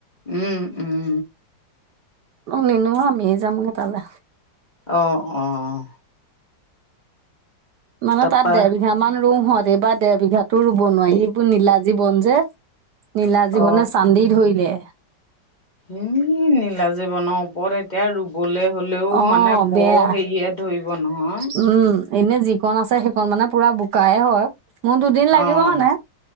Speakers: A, on the left; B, on the right.
A: উম উম।
B: নিনো আমি যামগে তালে।
A: অঁ অঁ।
B: মানে
A: তাৰপা
B: তাত ডেৰ বিঘা মান ৰোহঁত এইবাৰ দেৰ বিঘাতো ৰুব নোৱাৰি সেইবোৰ নীলাজীবন যে। নীলাজি
A: অ
B: বনে চান্দি ধৰিলে।
A: উমও নীলাজি বন ওপৰে- এতিয়া ৰুবলৈ হ'লেও
B: অ
A: মানে বৰ
B: বেয়া
A: হেৰিয়ে ধৰিব নহয়।
B: উম, এনে যিকণ আছে সেইক মানে পুৰা বোকাই হয়। মোৰ দুদিন লাগিব
A: অঁ
B: মানে।